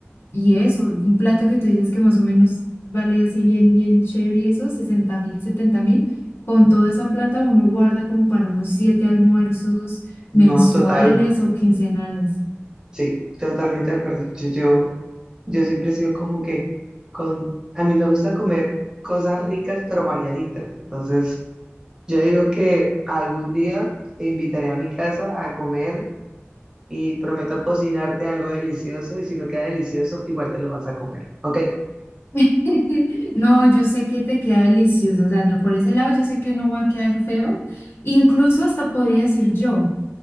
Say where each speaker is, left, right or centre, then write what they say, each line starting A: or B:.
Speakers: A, on the left; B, on the right.
A: Y eso, un plato que tú dices que más o menos vale así bien, bien chévere y eso, sesenta mil, setenta mil, con toda esa plata uno guarda como para unos siete almuerzos mensuales
B: No, total,
A: o quincenales.
B: sí, totalmente de acuerdo. Yo, yo, yo siempre he sido como que con, a mí me gusta comer cosas ricas pero variaditas. Entonces, yo digo que algún día te invitaré a mi casa a comer y prometo cocinarte algo delicioso y si no queda delicioso, igual te lo vas a comer, ¿ok?
A: <laughs> No, yo sé que te queda delicioso, o sea, no, por ese lado yo sé que no va a quedar feo, incluso hasta podría decir yo,